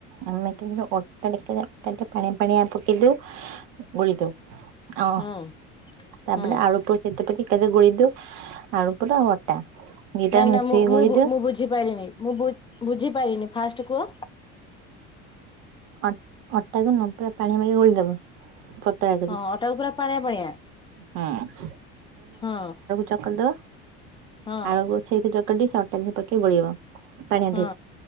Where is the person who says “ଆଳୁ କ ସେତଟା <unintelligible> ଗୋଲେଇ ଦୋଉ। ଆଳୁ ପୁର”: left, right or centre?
Right